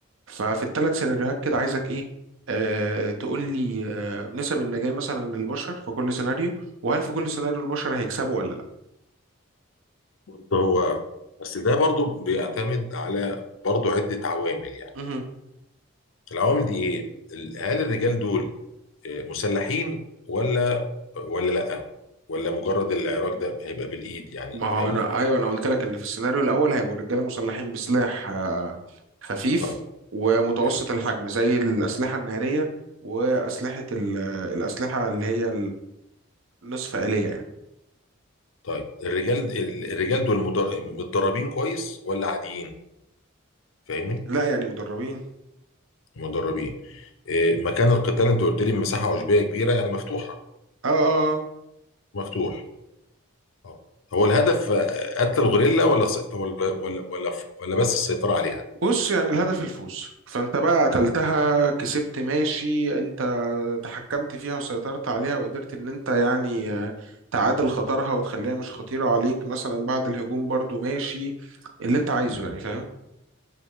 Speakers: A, on the right (about 65°); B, on the left (about 70°).
A: ففي الثلاث سيناريوهات كده عايزك ايه آه تقول لي آه نسب النجاة مثلا للبشر في كل سيناريو وهل في كل سيناريو البشر هيكسبوا ولا لا
B: برضه هو بس ده برضو بيعتمد على برضو عدة عوامل يعني
A: مهم.
B: العوامل دي ايه ال- هل الرجال دول آه، مسلحين ولا ولا لا ولا مجرد العراك ده هيبقى بالايد يعني
A: ما هو
B: فاهم
A: انا ايوه انا قلت لك ان في السيناريو الاول هيبقوا الرجاله مسلحين بسلاح آه خفيف
B: طيب
A: ومتوسط
B: حلو
A: الحجم زي الاسلحه الناريه واسلحه ال- الاسلحه اللي هي النصف آلية يعني
B: طيب الرجال ال- الرجال دول مدر- متدربين كويس ولا عاديين فاهمني
A: لا يعني مدربين
B: مدربين آه، مكان القتال انت قلت لي مساحة عشبية كبيرة يعني مفتوحة
A: اه اه آه.
B: مفتوح اه هو الهدف آه، قتل الغوريلا ولا سيط- ولا ولا ولا, ولا بس السيطرة عليها
A: بص يعني الهدف الفوز فانت بقى قتلتها كسبت ماشي انت تحكمت فيها وسيطرت عليها وقدرت ان انت يعني آه، تعادل خطرها وتخليها مش خطيرة عليك مثلا بعد الهجوم برضو ماشي اللي انت عايزه
B: مم.
A: يعني فاهم